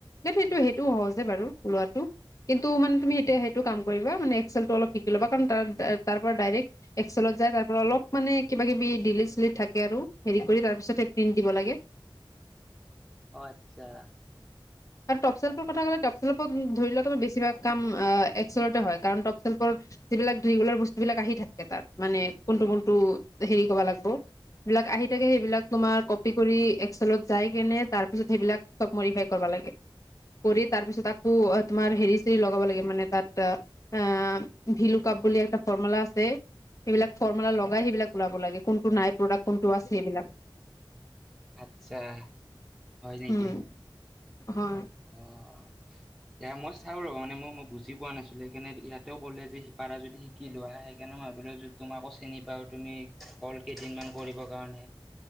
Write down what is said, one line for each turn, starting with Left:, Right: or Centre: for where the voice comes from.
Left: সেইটো- সেইটোও সহজে বাৰু ওলোৱাটো, কিন্তু মানে তুমি এতিয়া সেইটো কাম কৰিবা, মানে এক্সেলটো অলপ শিকি লবা। কাৰণ তাৰ- তাৰপৰা ডাইৰেক্ট এক্সেলত যাই তাৰপৰা অলপ মানে কিবাকিবি ডিলে ছিলে থাকে আৰু। হেৰি কৰি তাৰপিছত এ প্ৰিন্ট দিব লাগে।
Centre: অ' আচ্ছা।
Left: আৰু টপচেলটোৰ কথা ক'লে টপচেলত ধৰি লোৱা তুমি বেছিভাগ কাম অ'- এক্সেলতে হয়, কাৰণ টপচ্ ৰ যিবিলাক ৰেগুলাৰ বস্তুবিলাক আহি থাকে তাত, মানে কোনটো - কোনটো হেৰি ক'বা লাগব' বিলাক আহি থাকে, সেইবিলাক তোমাৰ কপি কৰি এক্সেলত যাই কেনে তাৰ পিছত সেইবিলাক চব মডিফাই কৰিব লাগে। কৰি তাৰ পিছত আকৌ তোমাৰ হেৰি চেৰি লগাব লাগে মানে তাত অ' ভিলুকাপ বুলি এটা ফৰ্মুলা আছে সেইবিলাক ফৰ্মুলা লগাই সেইবিলাক ওলাব লাগে কোনটো নাই প্ৰডাক্ট কোনটো আছে এইবিলাক
Centre: আচ্ছা হয় নেকি
Left: উম হয়
Centre: অ'
Left: <inaudible>
Centre: এ মই চাওঁ ৰবা মানে মোক মই বুজি পোৱা নাছিলো সেইকাৰণে ইয়াতেও ক'লে যে পাৰা যদি শিকি লোৱা সেইকাৰণে ম তোমাকো চিনি পাওঁ তুমি হ'ল কেইদিনমান কৰিবৰ কাৰণে